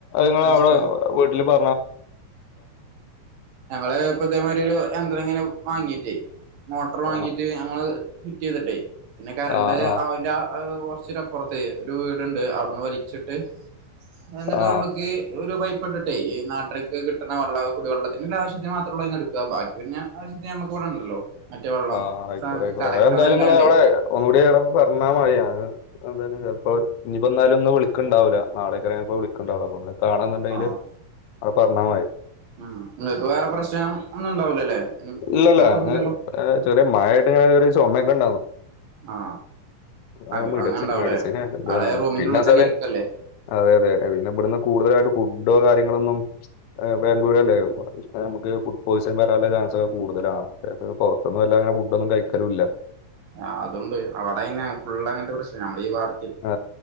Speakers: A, on the left (about 80°); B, on the right (about 75°).
A: ങ്ങൾ
B: അടിച്ചിട്ട്
A: അവിടെ വീട്ടില് പ
B: ഞങ്ങള് ഇപ്പൊ ഇതേമാരിരു എന്താ ങ്ങനെ വാങ്ങീട്ടേ മോട്ടർ വാങ്ങീട്ട്
A: ആ
B: നമ്മള് ഫിറ്റീത്ട്ടേ പിന്നെ കരണ്ട്
A: ആ ആ
B: അവന്റെ ആഹ് കുറച്ചൊരു അപ്പുറത്തെയ് ഒരു വീടുണ്ട് അവിടുന്ന് വലിച്ചിട്ട്. എന്നിട്ട്
A: ആ
B: നമ്മുക്ക് ഈ ഒരു പൈപിട്ടിട്ടെ നാട്ടര്ക്ക് കിട്ടണ വെള്ള കുടിവെള്ളത്തിന്ള്ള ആവശ്യത്തിന് മാത്രള്ളു അയ്ന്ന് എടുക്ക ബാക്കി പിന്നെ ആവശ്യത്തിന് നമുക്ക് ഇവിടെ ഉണ്ടല്ലോ. മറ്റേ വെള്ളം
A: ആഹ് അയിക്കോട്ടെ അയിക്കോട്ടെ
B: കലക്ടർ
A: അ എന്തായാലും
B: ഇണ്ടായോണ്ടേ
A: ങ്ങൾ അവിടെ ഒന്നുകൂടി പറഞ്ഞാൽ മതി എന്താലും ചിലപ്പോ ഇനിപ്പോ എന്നാലുംന്നും ഇനി വിളിക്കണ്ടാവില്ല നളേക്കറങ്ങ വിളിക്കണ്ടാവുള്ളു <inaudible> കാണന്നുണ്ടെങ്കില്
B: ആഹ്
A: അത് പറഞ്ഞാമതി.
B: ഉം നിങ്ങക്ക് വേറെ പ്രശ്നം ഒന്നും ഉണ്ടാവില്ലല്ലേ,
A: ഇല്ലല്ല.
B: കൊഴപ്പൊന്നുവില്ലല്ലോ?
A: ഏഹ് ചെറിയ <unintelligible>
B: ആ
A: അത്
B: അങ്ങനെ
A: മെഡിസിൻ
B: ഉണ്ടാവല്ലേ
A: മെഡിസിൻ എന്താണ്
B: അടെ റൂമിന്റെ
A: പിന്നെച്ചാല്
B: ഉള്ളിൽ തന്നെ ഇരിക്കല്ലേ?
A: അതെ അതെ പിന്നെ ഇവിടുന്ന് കൂടുതലായിട്ട് ഫുഡോ കാര്യങ്ങളൊന്നും ബാംഗ്ലൂരല്ലേ നമുക്ക് ഫുഡ് പോയിസൻ വരാനുള്ള ചാൻസൊക്കെ കൂടുതലാണ് അത് പൊ റത്തുന്നെല്ലാ അങ്ങനെ ഫുഡ്‌ ഒന്നും കഴിക്കലില്ല.
B: ആ അതൊണ്ട്, അവിടിങ്ങനെയ ഫുള്ളങ്ങനത്തെ പ്രശ്ന നമ്മളീ വാർ
A: ആ